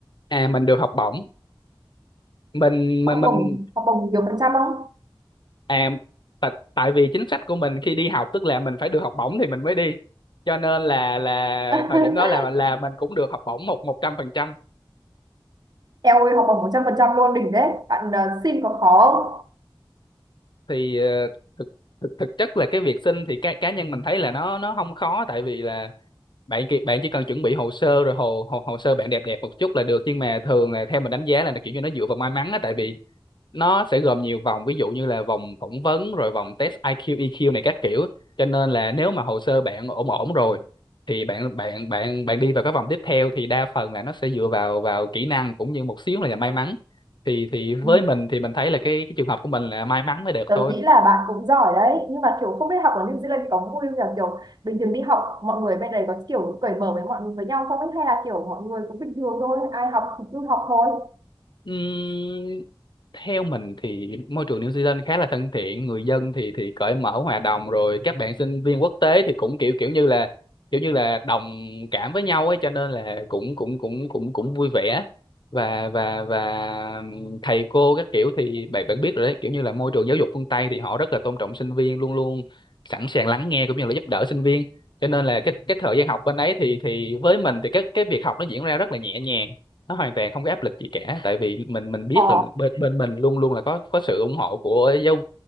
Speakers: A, on the left; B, on the right.
A: à mình được học bổng mình mình
B: học
A: mình
B: bổng học bổng nhiều phần trăm không
A: à tại, tại vì chính sách của mình khi đi học tức là mình phải được học bổng thì mình mới đi cho nên là là
B: <laughs>
A: thời điểm đó là là mình cũng được học bổng một một trăm phần trăm
B: Eo ơi học bổng 100% luôn đỉnh đấy bạn ờ, xin có khó không
A: thì ờ, thực thực thực chất là cái việc xin thì cá cá nhân mình thấy là nó nó không khó tại vì là bạn ki- bạn chỉ cần chuẩn bị hồ sơ rồi hồ, hồ hồ sơ bạn đẹp đẹp một chút là được nhưng mà thường là theo mình đánh giá là nó kiểu như nó dựa vào may mắn á tại vì nó sẽ gồm nhiều vòng ví dụ như là vòng phỏng vấn rồi vòng test IQ EQ này các kiểu cho nên là nếu mà hồ sơ bạn ổn ổn rồi thì bạn bạn bạn bạn đi vào các vòng tiếp theo thì đa phần là nó sẽ dựa vào vào kỹ năng cũng như một xíu là may mắn thì thì với
B: Ừ,
A: mình thì mình thấy là cái cái trường hợp của mình là may mắn mới được
B: Tớ
A: thôi
B: nghĩ là bạn cũng giỏi đấy Nhưng mà kiểu không biết học ở New Zealand thì có vui không nhỉ Kiểu bình thường đi học mọi người bên đấy có kiểu cởi mở với mọi người với nhau không ấy Hay là kiểu mọi người cũng bình thường thôi Ai học thì cứ học thôi
A: Ừm, theo mình thì môi trường New Zealand khá là thân thiện, người dân thì thì cởi mở hòa đồng rồi các bạn sinh viên quốc tế thì cũng kiểu kiểu như là kiểu như là đồng cảm với nhau ấy cho nên là cũng cũng cũng cũng cũng vui vẻ và và và thầy cô các kiểu thì bạn bạn biết rồi đấy kiểu như là môi trường giáo dục phương Tây thì họ rất là tôn trọng sinh viên luôn luôn sẵn sàng lắng nghe cũng như là giúp đỡ sinh viên cho nên là cái cái thời gian học bên ấy thì thì với mình thì cái cái việc học nó diễn ra rất là nhẹ nhàng nó hoàn toàn không có áp lực gì cả tại vì mình mình biết
B: Ờ,
A: là bên bên mình luôn luôn là có có sự ủng hộ của giáo